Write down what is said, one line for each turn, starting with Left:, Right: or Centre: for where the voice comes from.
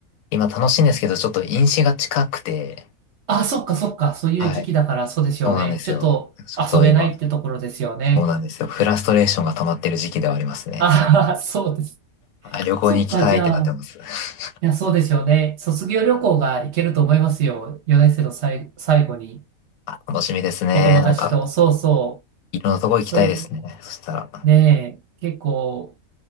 Left: 今楽しいんですけど、ちょっと飲酒が近くて、
Right: あ、そっかそっか、そういう時期だからそうですよね。
Left: はい、そうなんですよ。
Right: ちょっと遊べないってところですよね。
Left: ちょっと今、そうなんですよ。フラストレーションが溜まってる時期ではありますね。
Right: ああ、そうです。
Left: あ、旅行に行きたいってなってます。
Right: そっか、じゃあ、
Left: <laughs>
Right: いや、そうですよね。卒業旅行が行けると思いますよ。4年生のさい最後に、
Left: あ、楽しみですね。
Right: お友達と、
Left: なんか、
Right: そうそ
Left: いろんなとこ行きたいですね。
Right: う。それ、
Left: そしたら。
Right: ねえ、結構、